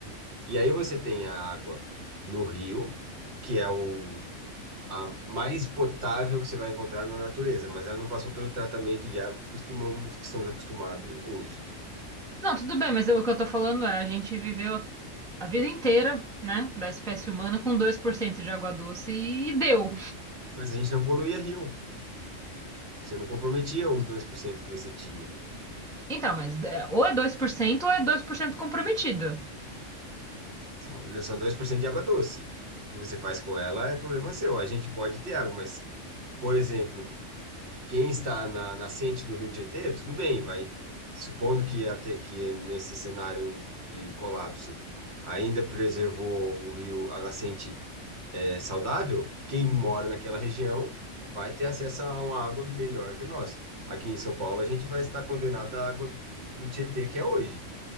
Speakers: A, on the right (about 60°); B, in the centre.
A: E aí você tem a água no rio, que é o, a mais potável que você vai encontrar na natureza, mas ela não passou pelo tratamento de água que costumamos, que estamos acostumados hoje.
B: Não, tudo bem, mas eu- o que eu tô falando é, a gente viveu a vida inteira, né, da espécie humana com 2% de água doce e deu.
A: Mas a gente não poluía rio. Você não comprometia os 2% que você tinha.
B: Então, mas é, ou é dois por cento ou é 2% comprometido.
A: São são 2% de água doce. O que você faz com ela é problema seu. A gente pode ter água, mas, por exemplo, quem está na nascente do Rio Tietê, tudo bem, vai. Supondo que, até, que nesse cenário de colapso ainda preservou o rio, a nascente é, saudável, quem mora naquela região vai ter acesso a uma água melhor que nós. Aqui em São Paulo, a gente vai estar condenado à água do Tietê que é hoje.